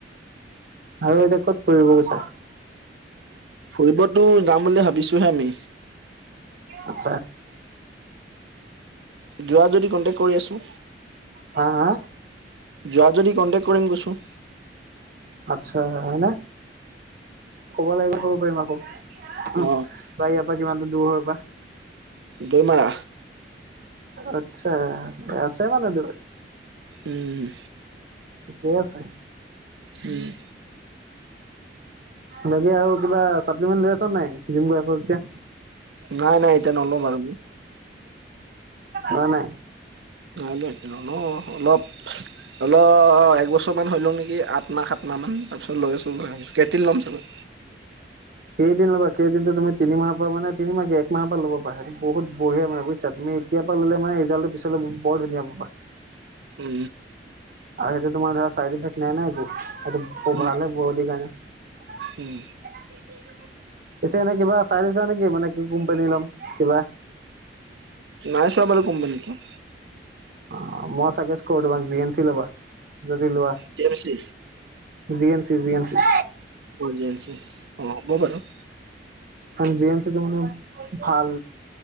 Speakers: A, on the right; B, on the right.
A: আৰু এতিয়া ক'ত পৰিব গৈছে
B: ফুৰিবতো যাম বুলি ভাবিছোহে আমি
A: আত্ছা
B: যোৱা যদি কন্টেকট কৰি আছো
A: হা হা
B: যোৱা যদি কণ্টেক্ট কৰিম কৈছোঁ
A: আচ্ছা এনে ক'ব লাগিবা ক'ব পাৰিম আকৌ বা
B: অ
A: ইয়াৰ পৰা কিমানটো দূৰ হৈ পৰা
B: দুইমাহ
A: আত্ছা আছে মানে দ
B: উম
A: ঠিকেই আছে
B: উম
A: বাকি আৰু কিবা চাপ্লিমেন্ট লৈ আছ নে নাই জিম গৈ আছ যেতিয়া?
B: নাই নাই এতিয়া নলওঁ বাৰু মই
A: নাই নাই।
B: নাই নাই নলও অলপ অলপ একবছৰ মান হৈ লওক নেকি আঠ মাহ সাত মাহ সাত মাহ মান তাৰ পিছত লৈ আছোঁ ভাবিছো কেৰটিন ল'ম চাগৈ
A: <inaudible> কেৰেটিন ল'বা কেৰটিনটো তুমি তিনিমাহৰ পৰা মানে তিনি মাহ কি এক মাহৰ পৰা ল'ব পাৰা সেইটো বহুত বঢ়িয়া মানে বুজিছা তুমি এতিয়াৰ পৰা ল'লে মানে ৰিজাল্টো পিছলৈ ব বৰ ধুনীয়া পাবা।
B: উম
A: আৰু সেইটো তোমাৰ ধৰা চাইড ইফেক্ট নাই নহয় একো। সেইটো খুব
B: উম
A: ভালহে বডিৰ কাৰণে।
B: উম
A: পিছে এনে কিবা চাই লৈছা নেকি মানে কি কোম্পানীৰ ল'ম কিবা?
B: নাই চোৱা বাৰু কোম্পানীটো।
A: অ' মই চাজেষ্ট কৰো তোমাক জি এন চি ল'বা যদি লোৱা,
B: G M C
A: G N C G N C
B: অ হ'ব বাৰু।
A: জি এন চিটো মানে ভাল